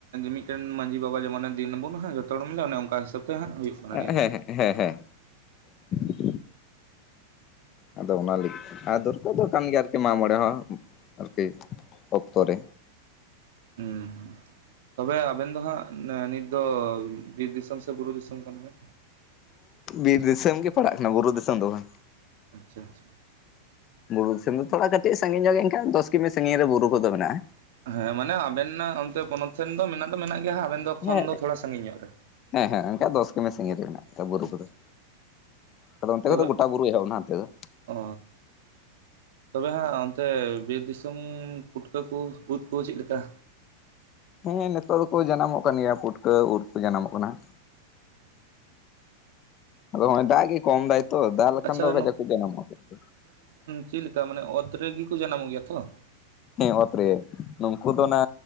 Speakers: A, on the right; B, on the left.
A: ᱢᱤᱫᱴᱮᱱ ᱢᱟᱺᱡᱷᱤ ᱵᱟᱵᱟ ᱡᱮᱢᱚᱱ ᱮ ᱫᱤᱱ ᱟᱵᱚᱱ ᱱᱟᱦᱟᱜ ᱛᱚᱲᱚᱢ ᱫᱚ ᱚᱱᱮ ᱚᱝᱠᱟ ᱦᱤᱥᱟᱹᱵᱛᱮ ᱦᱟᱸᱜ ᱦᱩᱭᱩᱜ ᱠᱟᱱᱟ
B: ᱦᱮᱸ
A: ᱱᱤᱭᱟᱹ
B: ᱦᱮᱸ
A: ᱫᱚ᱾
B: ᱦᱮᱸ ᱦᱮᱸ <unintelligible> ᱟᱫᱚ ᱚᱱᱟ ᱞᱟᱹᱜᱤᱫ ᱛᱮ ᱟᱫᱚᱨ ᱠᱚ ᱫᱚ ᱠᱟᱱ ᱜᱮᱭᱟ ᱟᱨᱠᱤ ᱢᱟᱜ ᱢᱚᱬᱮ ᱦᱚᱸ ᱟᱨᱠᱤ ᱚᱠᱛᱚ ᱨᱮ <inaudible>
A: ᱦᱩᱸ ᱛᱚᱵᱮ ᱟᱵᱮᱱ ᱫᱚ ᱦᱟᱸᱜ ᱱᱤᱛ ᱫᱚ ᱵᱤᱨ ᱫᱤᱥᱚᱢ ᱥᱮ ᱵᱩᱨᱩ ᱫᱤᱥᱚᱢ ᱠᱟᱱᱟ ᱵᱤᱱ
B: ᱵᱤᱨ ᱫᱤᱥᱚᱢ ᱜᱮ ᱯᱟᱲᱟᱜ ᱠᱟᱱᱟ ᱵᱩᱨᱩ ᱫᱤᱥᱚᱢ ᱫᱚ ᱵᱟᱝ
A: ᱟᱪᱪᱷᱟ ᱟᱪᱪᱷᱟ
B: ᱵᱩᱨᱩ ᱫᱤᱥᱚᱢ ᱫᱚ ᱛᱷᱚᱲᱟ ᱠᱟᱹᱴᱤᱡ ᱥᱟᱹᱜᱤᱧ ᱧᱚᱜ ᱮᱱᱠᱷᱟᱱ ᱫᱚᱥ ᱠᱤᱢᱤ ᱥᱟᱹᱜᱤᱧ ᱨᱮ ᱵᱩᱨᱩ ᱠᱚᱫᱚ ᱢᱮᱱᱟᱜᱼᱟ ᱾
A: ᱦᱮᱸ ᱢᱟᱱᱮ ᱟᱵᱮᱱ ᱚᱱᱛᱮ ᱯᱚᱱᱚᱛ ᱥᱮᱱ ᱫᱚ ᱢᱮᱱᱟᱜ ᱫᱚ ᱢᱮᱱᱟᱜ ᱜᱮᱭᱟ ᱟᱵᱮᱱ ᱫᱚ
B: ᱦᱮᱸ
A: ᱠᱷᱚᱱ ᱫᱚ ᱛᱷᱚᱲᱟ ᱥᱟᱹᱜᱤᱧ ᱧᱚᱜ ᱨᱮ ᱾
B: ᱦᱮᱸ ᱦᱮᱸ ᱚᱱᱠᱟ ᱫᱚᱥ ᱠᱤᱢᱤ ᱥᱟᱹᱜᱤᱧ ᱨᱮ ᱢᱮᱱᱟᱜ ᱟᱠᱟᱫᱟ ᱵᱩᱨᱩ
A: ᱟᱪᱪᱷᱟ
B: ᱠᱚᱫᱚ ᱟᱫᱚ ᱚᱱᱛᱮ
A: ᱛᱚᱵᱮ
B: ᱠᱚᱡ ᱫᱚ ᱜᱩᱴᱟ ᱵᱩᱨᱩ ᱮᱦᱚᱵ ᱱᱟ ᱚᱱᱛᱮ ᱫᱚ
A: ᱚ ᱛᱚᱵᱮ ᱦᱟᱸᱜ ᱚᱱᱛᱮ ᱵᱤᱨ ᱫᱤᱥᱚᱢ ᱯᱩᱴᱠᱟᱹ ᱠᱚ ᱩᱫ ᱠᱩ ᱪᱮᱜ ᱞᱮᱠᱟ ᱾
B: ᱦᱮᱸ ᱱᱤᱛᱚᱜ ᱫᱚᱠᱚ ᱡᱟᱱᱟᱢᱚᱜ ᱠᱟᱱ ᱜᱮᱭᱟ ᱯᱩᱴᱠᱟᱹ ᱩᱫ ᱠᱚ ᱡᱟᱱᱟᱢᱚᱜ ᱠᱟᱱᱟ ᱾ ᱟᱫᱚ ᱫᱟᱜ ᱜᱤ ᱠᱚᱢ ᱫᱟᱭ ᱛᱚ ᱫᱟᱜ ᱞᱮᱠᱷᱟᱱ
A: ᱟᱪᱪᱷᱟ
B: ᱫᱚ ᱠᱟᱡᱟᱠ ᱠᱚ ᱡᱟᱱᱟᱢᱚᱜ-ᱟ ᱯᱩᱴᱠᱟᱹ
A: ᱪᱮᱜ ᱞᱮᱠᱟ ᱢᱟᱱᱮ ᱚᱛ ᱨᱮᱜᱮ ᱠᱚ ᱡᱟᱱᱟᱢᱚᱜ ᱜᱮᱭᱟ ᱛᱚ ᱾
B: ᱮᱸ ᱚᱛᱨᱮ ᱱᱩᱝᱠᱩ ᱫᱚ ᱚᱱᱟ